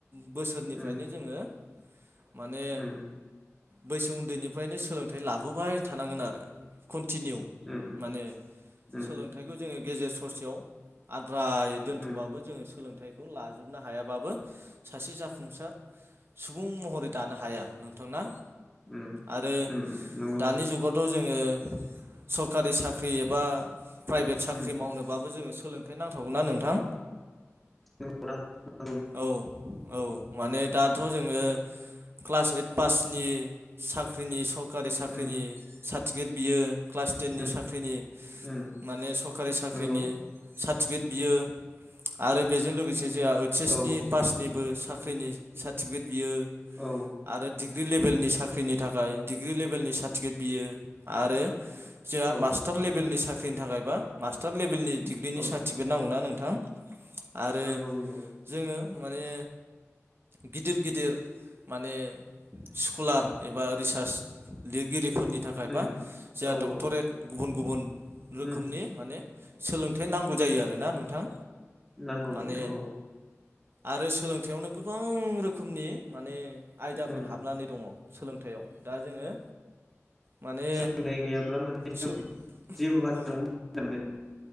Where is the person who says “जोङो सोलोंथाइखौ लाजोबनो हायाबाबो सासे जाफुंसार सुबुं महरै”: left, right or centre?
Right